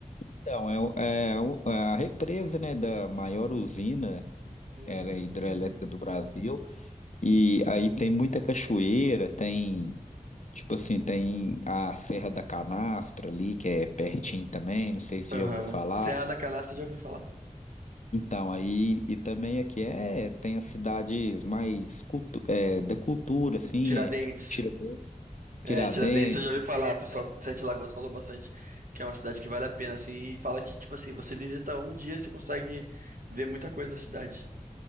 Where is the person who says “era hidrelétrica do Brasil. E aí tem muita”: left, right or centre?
Left